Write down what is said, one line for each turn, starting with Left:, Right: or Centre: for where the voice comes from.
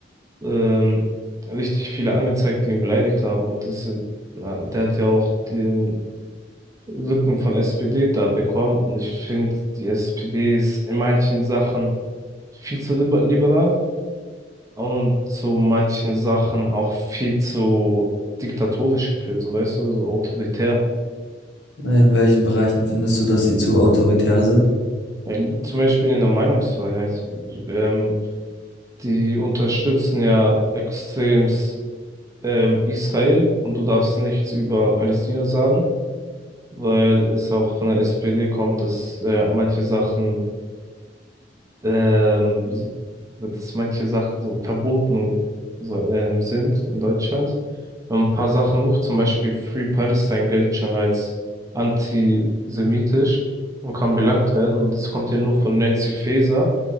Right: ähm, richtig viele angezeigt, die ihn beleidigt haben. Und das, äh, na, der hat ja auch den Rücken von SPD da bekommen. Und ich finde, die SPD ist in manchen Sachen viel zu liber- liberal und zu manchen Sachen auch viel zu diktatorisch geführt, so weißt du, so autoritär.
Left: In welchen Bereichen findest du, dass sie zu autoritär sind?
Right: Ja, zum Beispiel in der Meinungsfreiheit. Ähm, die unterstützen ja extremst ähm, Israel und du darfst nichts über Palästina sagen, weil es auch von der SPD kommt, dass äh, manche Sachen ähm, dass manche Sachen so verboten so, ähm, sind in Deutschland. Und ein paar Sachen hoch, zum Beispiel Free Palestine gilt schon als antisemitisch und kann belangt werden. Und das kommt ja nur von Nancy Faeser.